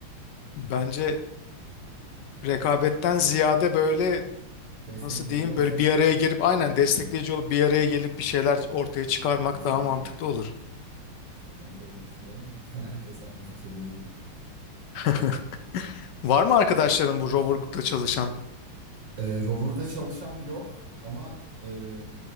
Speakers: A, on the left; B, on the right.
A: bence rekabetten ziyade böyle
B: Destekleyici
A: nasıl diyeyim
B: olsak
A: böyle bir araya gelip aynen destekleyici
B: aynen
A: olup bir araya gelip bir şeyler ortaya çıkarmak
B: kesinlikle
A: daha mantıklı olur.
B: işte ben de öyle düşünüyorum da <laughs> herkes aynı fikirde değil.
A: <laughs> Var mı arkadaşların bu rover'da çalışan?
B: Ee, Rover'da çalışan yok ama e,